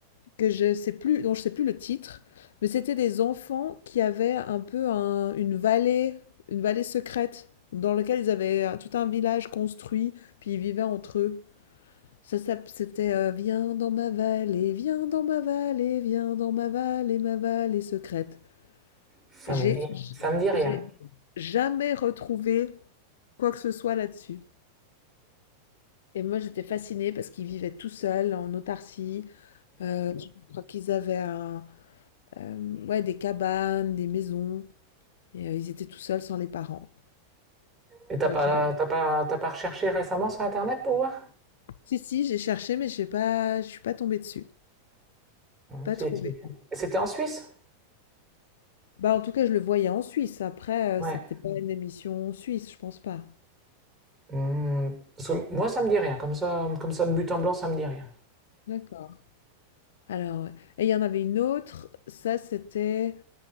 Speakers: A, on the left (about 60°); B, on the right (about 15°).
A: que je sais plus dont je sais plus le titre, mais c'était des enfants qui avaient un peu un- une vallée, une vallée secrète dans laquelle ils avaient euh, tout un village construit, puis ils vivaient entre eux. Ça, s'app- c'était euh, Viens dans ma vallée, viens dans ma vallée, viens dans ma vallée, ma vallée secrète.
B: ça
A: J'ai
B: me dit, ça me dit rien.
A: j'ai jamais retrouvé quoi que ce soit là-dessus. Et moi, j'étais fascinée parce qu'ils vivaient tout seuls en autarcie. Euh, je crois qu'ils avaient un, euh, ouais, des cabanes, des maisons. Et euh, ils étaient tout seuls sans les parents.
B: Et t'as
A: Leur
B: pas,
A: rêve.
B: t'as pas, t'as pas recherché récemment sur Internet pour voir
A: Si, si, j'ai cherché, mais j'ai pas, je suis pas tombée dessus. Pas
B: Si,
A: trouvé.
B: si. C'était en Suisse
A: Bah, en tout cas, je le voyais en Suisse. Après,
B: Ouais.
A: euh, c'était pas une émission suisse, je pense pas.
B: Hmm, Parce que moi, ça me dit rien. Comme ça, comme ça, de but en blanc, ça me dit rien.
A: D'accord. Alors, ouais. Et il y en avait une autre. Ça, c'était.